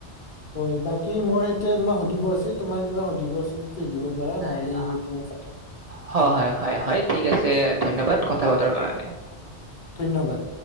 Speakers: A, on the left (about 50°); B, on the right (about 75°).
A: হয়। বাকী মই এতিয়া তোমাক সুধিব আছিল, তোমাৰ কিবা সুধিব আছিল? সুধিব পাৰা
B: নাই
A: নহ'লে
B: অ'।
A: এইটো কথা-
B: হয়,
A: অ
B: হয়, হয়, হয়। ঠিক আছে। ধন্যবাদ কথা পাতাৰ কাৰণে।
A: ধন্যবাদ।